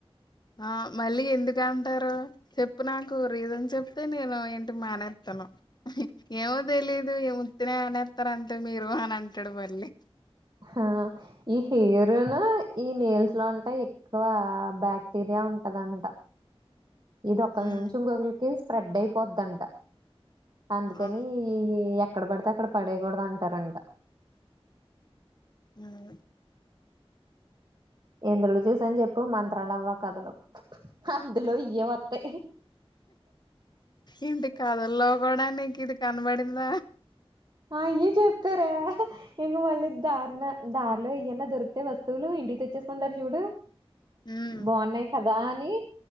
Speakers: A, on the left (about 45°); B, on the right (about 45°).
A: ఆ మళ్ళీ ఎందుకు అంటారు చెప్పు నాకు రీజన్ చెప్తే నేను ఏంటి మానేస్తాను ఏమ తెలీదు ఇగ ఉత్తినే అనేస్తారు అంతే మీరు అని అంటాడు మళ్ళీ
B: హ ఈ హెయిర్నా ఈ నేల్స్ లో అంటే ఎక్కువ బాక్టీరియా ఉంటదంట ఇది ఒకళ
A: ఉమ్
B: నుంచి ఇంకొకరికి స్ప్రెడ్ అయిపోద్ంట అందుకని
A: ఆ
B: ఈయి ఎక్కడ పడితే అక్కడ పడేయకూడదు అంటారంట
A: మ్మ్
B: ఎందులో చూసాను చెప్పు మంత్రాలు అవ్వ కథలు అందులో ఏం వత్తయ్
A: ఏంటి కథల్లో కూడా నీకు ఇది కనబడిందా
B: ఆ అయ్యే చెప్పారే ఇది మళ్ళీ దారుణ దారిలో ఇయ్యన్న దొరికితే వస్తువులు ఇంటికి తెచ్చేసుకుంటారు చూడు
A: ఉమ్
B: బాగున్నాయి కదా అని